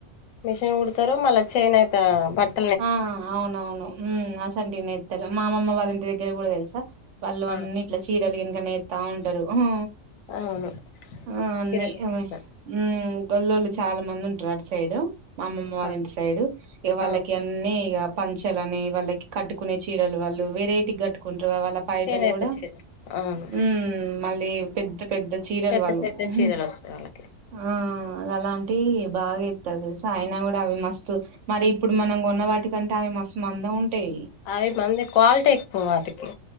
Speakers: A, on the left; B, on the right.
A: మిషన్ కుడతారు మళ్ళా చేనేత బట్
B: ఆ అవునవును ఉమ్ అసంటీ నెత్తరు మా అమమ్మ వాళ్ళ ఇంటి దగ్గర కూడా తెలుసా వాళ్ళు
A: ఆ
B: అన్ని ఇట్ల చీరలు గినిక నేర్ తా ఉంటారు హు
A: అవును
B: ఆ అన్ని
A: చీరలు నేస్తారు
B: అమె ఉ గొల్లోళ్ళు చాలా మంది ఉంటారు అటు సైడు మా అమ్మమ్మ వాళ్ళ
A: ఆ
B: ఇంటి సైడు ఇగ వాళ్ళ
A: ఆ
B: గన్నీ ఇగ పంచలని వాళ్ళకి కట్టుకునే చీరలు వాళ్ళు వెరైటీ గట్టుకుంటారు వాళ్ళ పైటలు
A: చేనేత
B: కూడా
A: చీరలు అవును
B: ఉమ్ మళ్ళీ పెద్ద పెద్ద చీరలు
A: పెద్ద
B: వాళ్ళు
A: పెద్ద
B: హు
A: చీరలు వస్తాయి వాళ్ళకి
B: ఆ అలా టి బాగా ఇత్తరు తెలుసా అయినా కూడా అవి మస్తు మరి ఇప్పుడు మనం కొన్న వాటికంటే అవి మస్తు మందంగా ఉంటాయి
A: అవి మంది క్వాలిటీ ఎక్కువ వాటికి